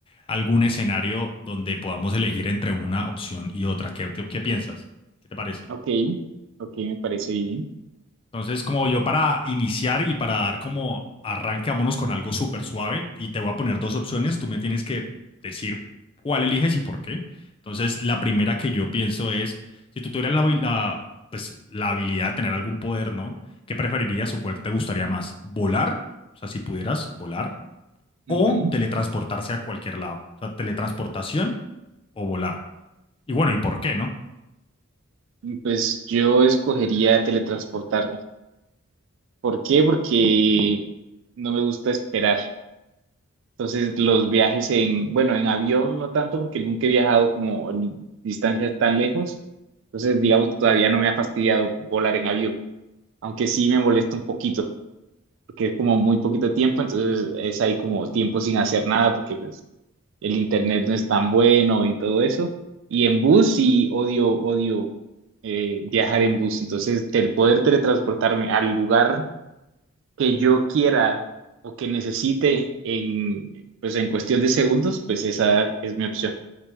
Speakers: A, on the left (about 25°); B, on the right (about 60°).
A: algún escenario donde podamos elegir entre una opción y otra. ¿Qué, te- qué piensas? ¿Qué te parece?
B: Ok, ok, me parece bien.
A: Entonces, como yo para iniciar y para dar como arranque, vámonos con algo súper suave y te voy a poner dos opciones. Tú me tienes que decir cuál eliges y por qué. Entonces, la primera que yo pienso es, si tú tuvieras la, habi- la, pues, la habilidad de tener algún poder, ¿no? ¿Qué preferirías o cuál te gustaría más? ¿Volar? O sea, si pudieras volar
B: Ujú.
A: o teletransportarse a cualquier lado. O sea, teletransportación o volar. Y bueno, ¿y por qué, no?
B: Pues yo escogería teletransportarme. ¿Por qué? Porque no me gusta esperar. Entonces los viajes en, bueno, en avión no tanto porque nunca he viajado como en distancias tan lejos. Entonces digamos que todavía no me ha fastidiado volar en avión, aunque sí me molesta un poquito porque es como muy poquito tiempo, entonces es ahí como tiempo sin hacer nada porque pues, el internet no es tan bueno y todo eso. Y en bus sí odio, odio eh, viajar en bus. Entonces, el poder teletransportarme al lugar que yo quiera o que necesite en, pues, en cuestión de segundos, pues esa es mi opción.